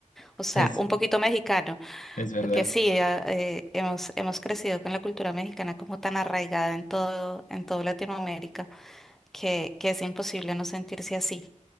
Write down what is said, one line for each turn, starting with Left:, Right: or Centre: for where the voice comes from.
Centre: o sea,
Left: Es,
Centre: un poquito mexicano.
Left: es verdad.
Centre: Porque sí, a- eh, hemos, hemos crecido con la cultura mexicana como tan arraigada en todo, en todo Latinoamérica que, que es imposible no sentirse así.